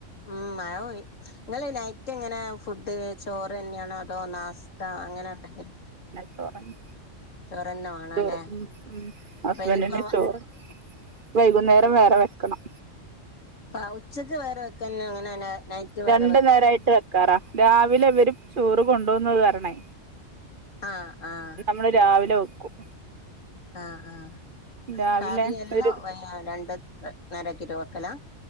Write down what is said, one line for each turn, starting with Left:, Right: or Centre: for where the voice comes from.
Left: ഉം മയ പോയി നിങ്ങള് നൈറ്റ് എങ്ങന്നെ ഫുഡ് ചോറ് തന്നെയാണോ അതോ നാസ് സ്താ അങ്ങനെ എന്തെങ്കിലും
Right: ചോറന്നേ
Left: ചോറന്നെ വേണം
Right: ചോറ്
Left: അല്ലെ
Right: ഉം ഉം ഹസ്ബന്റിന്
Left: അപ്പൊ ഇനിയിപ്പോ
Right: ചോറ് വൈകുന്നേരം വേറെ വെക്കണം
Left: ആ ഉച്ചക്ക് വേറെ വെക്ക അങ്ങനെന്ന നൈറ്റ്
Right: രണ്ടു
Left: വേറെ
Right: നേരം ആയിട്ട് വെക്കാറാ രാവിലെ ഇവര് ചോറ് കൊണ്ട് പോകുന്നത് കാരണേ
Left: ആഹ് ആഹ്
Right: നമ്മള് രാവിലെ വെക്കും
Left: ആഹ് ആഹ്
Right: രാവിലെ
Left: കറി എല്ലാം
Right: ഒരു
Left: വല്ല രണ്ട് നേരാക്കിയിട്ട് വക്കലാ